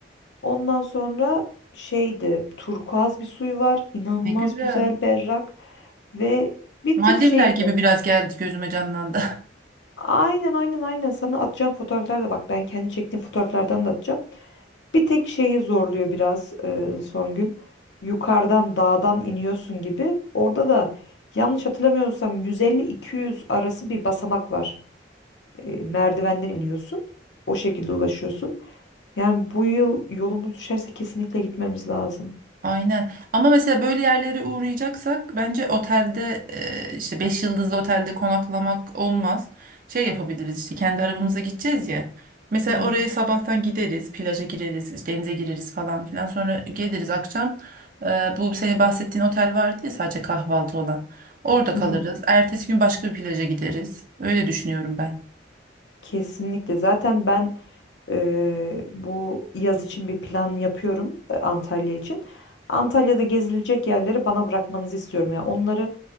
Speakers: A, on the left; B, on the right.
A: Ondan sonra şeydi turkuaz bir suyu var inanılmaz
B: Ne güzel.
A: güzel berrak ve bir
B: Maldivler
A: tık şey
B: gibi
A: zor.
B: biraz geldi gözüme canlandı.
A: Aynen aynen aynen sana atacağım fotoğraflar da bak ben kendi çektiğim fotoğraflardan da atacağım. Bir tek şeyi zorluyor biraz e, Songül. Yukarıdan dağdan iniyorsun gibi. Orada da yanlış hatırlamıyorsam 150-200 arası bir basamak var. E, merdivenden iniyorsun. O şekilde ulaşıyorsun. Yani bu yıl yolumuz düşerse kesinlikle gitmemiz lazım.
B: Aynen. Ama mesela böyle yerlere uğrayacaksak bence otelde e, işte 5 yıldızlı otelde konaklamak olmaz. Şey yapabiliriz işte kendi arabamıza gideceğiz ya. Mesela
A: Hı hı,
B: oraya sabahtan gideriz, plaja gireriz, işte denize gireriz falan filan. Sonra geliriz akşam. e, bu senin bahsettiğin otel vardı ya sadece kahvaltı olan. Orada
A: hı
B: kalırız.
A: hı.
B: Ertesi gün başka bir plaja gideriz. Öyle düşünüyorum ben.
A: Kesinlikle. Zaten ben Eee, bu yaz için bir plan yapıyorum e, Antalya için. Antalya'da gezilecek yerleri bana bırakmanızı istiyorum. Yani onları